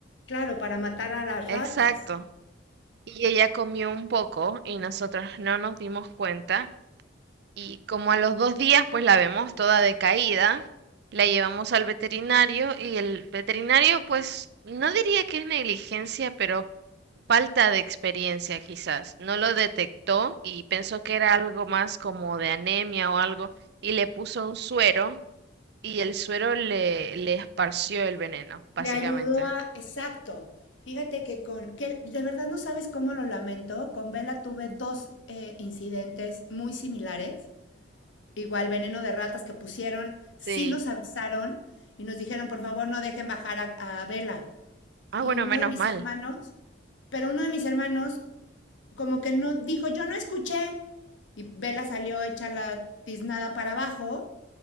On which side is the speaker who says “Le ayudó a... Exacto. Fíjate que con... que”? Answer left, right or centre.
Left